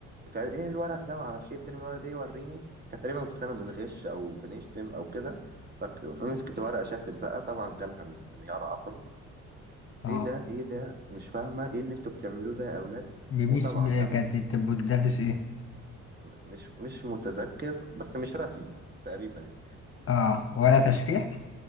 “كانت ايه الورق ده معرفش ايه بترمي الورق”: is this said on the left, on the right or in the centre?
Right